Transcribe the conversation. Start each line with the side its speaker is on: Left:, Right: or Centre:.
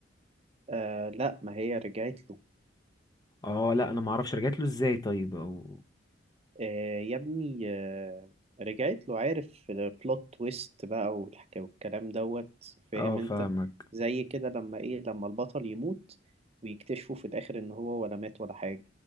Right: آه لا ما هي رجعت له
Left: اه لا انا ما اعرفش رجعت له ازاي طيب او
Right: آه يا ابني آه رجعت له عارف البلوت تويست بقى والحكاية والكلام دوت فاهم
Left: اه فاهمك
Right: انت زي كده لما ايه لما البطل يموت ويكتشفوا في الاخر ان هو ولا مات ولا حاجة